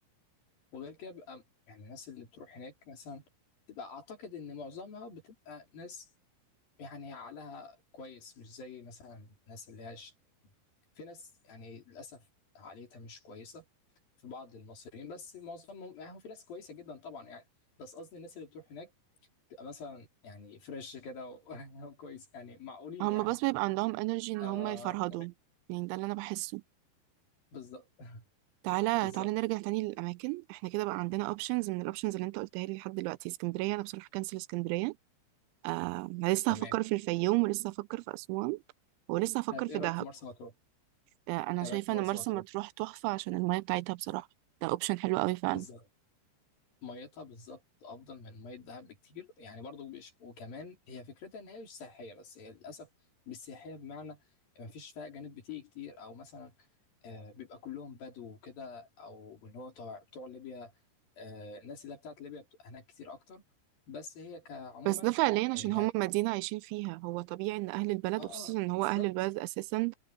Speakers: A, on the left (about 50°); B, on the right (about 85°).
A: وغير كده بيبقى يعني الناس اللي بتروح هناك مثلا تبقى أعتقد إن معظمها بتبقى ناس يعني عقلها كويس مش زي مثلا الناس اللي هاش في ناس يعني للأسف عقليتها مش كويسة في بعض المصريين بس معظمهم يعني هو في ناس كويسة جدا طبعا يعني بس قصدي الناس اللي بتروح هناك تبقى مثلا يعني فريش كده و- <laughs> وكويس يعني معقولين
B: هم
A: يعني
B: بس بيبقى عندهم انرجي ان
A: آه
B: هم يفرهدوا
A: تمام
B: يعني ده اللي انا بحسه
A: بالظبط
B: تعالى
A: بالظبط
B: تعالى نرجع تاني للاماكن احنا كده بقى عندنا اوبشنز من الاوبشنز اللي انت قلتها لي لحد دلوقتي اسكندريه انا بصراحه كنسل اسكندريه آه أنا لسه
A: تمام
B: هفكر في الفيوم ولسه هفكر في اسوان ولسه هفكر
A: طب ايه
B: في
A: رايك
B: دهب
A: في مرسى مطروح
B: آه انا
A: ايه
B: شايفه
A: رايك في مرسى
B: ان مرسى
A: مطروح
B: مطروح تحفه عشان الميه بتاعتها بصراحه ده اوبشن حلو قوي فعلا
A: بالظبط ميتها بالظبط افضل من ميه دهب بكتير يعني برضو مش وكمان هي فكرتها ان هي مش سياحيه بس هي للاسف مش سياحيه بمعنى ما فيش فيها اجانب بتيجي كتير او مثلا آه، بيبقى كلهم بدو وكده او اللي هو بتوع بتوع ليبيا آه، الناس اللي هي بتاعت ليبيا بتبقى هناك كتير اكتر بس هي كعموما
B: بس ده فعليا عشان
A: اه يعني-
B: هم مدينه عايشين فيها هو طبيعي ان اهل البلد
A: اه
B: وخصوصا
A: آه،
B: ان هو
A: بالظبط
B: اهل البلد اساسا